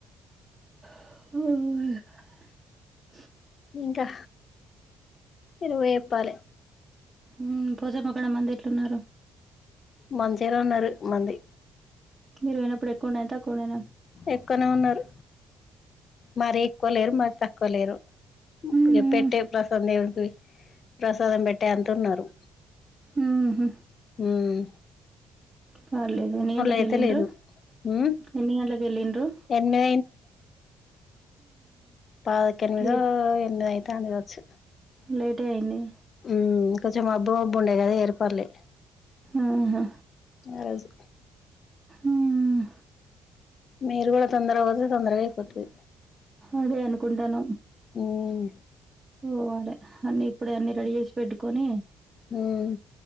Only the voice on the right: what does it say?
<unintelligible>
మ్మ్ పోచమ్మ కాడ మంది ఎట్లున్నారు
మీరు పోయినప్పుడు ఎక్కువుండేనా తక్కువుండేనా
మ్మ్.
మ్మ్హ.
పర్లేదు ఎన్ని గంటలకెళ్లిన్రు
ఎన్ని గంటలకెళ్లిన్రు
లేట్
లేటె అయింది
ఆహా.
మ్మ్
అదే అనుకుంటనం
పోవాలే అన్ని ఇప్పుడే అన్ని రెడీ చేసి పెట్టుకొని